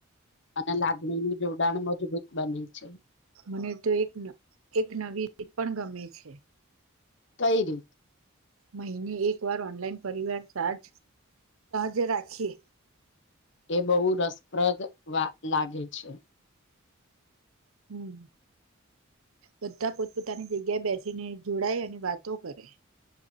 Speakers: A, on the left; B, on the right.
A: અને લાગણીનું જોડાણ મજબૂત બને છે
B: મને તો એક એક નવી રીત પણ ગમે છે
A: કઈ રીત
B: મહિને એક વાર ઓનલાઈન પરિવાર સાજ સહજ રાખીએ
A: એ બહુ રસપ્રદ વાત લાગે છે
B: હમ બધા પોતપોતાની જગ્યાએ બેસીને જોડાય અને વાતો કરે